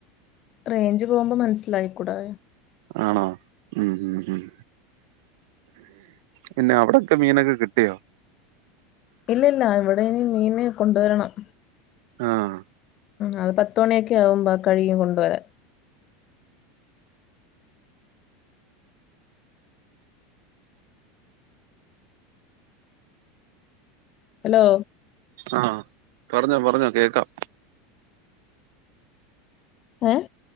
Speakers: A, on the left; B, on the right.
A: റേയ്ഞ്ച് പോകുമ്പോ മനസ്സിലായിക്കൂടേ
B: ആണോ ഉം ഉം ഉം പിന്നെ അവിടൊക്കെ മീനക്ക കിട്ടിയോ
A: ഇല്ല ഇല്ല ഇവിടെനി മീന് കൊണ്ടുവരണം
B: ആഹ്
A: അത് പത്ത മണിയൊക്കെ ആകുമ്പോ കഴിയും കൊണ്ടുവരാൻ ഹലോ
B: ആഹ് പറഞ്ഞോ പറഞ്ഞോ കേക്കാം
A: ഏഹ്